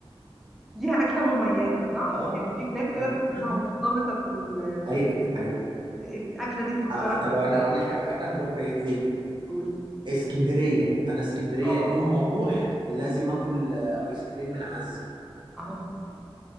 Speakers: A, in the centre; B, on the right.
A: ليها اكلة مميزة صح
B: اه
A: يعني في بلاد كده
B: اه
A: تحس انها مرتبطة بال
B: ايوه ده حقيقي
A: الاكلة دي تفكرك
B: آه آه، طب
A: بالبلد
B: انا اقول لك على حاجه نروح بعيد ليه
A: تقول
B: اسكندريه انا اسكندريه
A: اه
B: يوم ما اروح لازم اكل آه، ايس كريم من عزه
A: اهو